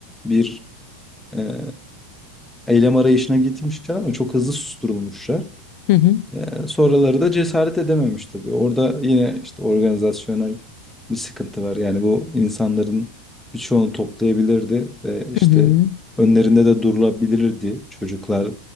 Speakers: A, in the centre; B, on the left.
A: bir e, eylem arayışına gitmişler ama çok hızlı susturulmuşlar.
B: hı hı,
A: Ee, sonraları da cesaret edememiş tabii. Orada yine işte organizasyonel bir sıkıntı var. Yani bu insanların birçoğunu toplayabilirdi ve işte
B: hı hı.
A: önlerinde de durulabilirdi çocuklar,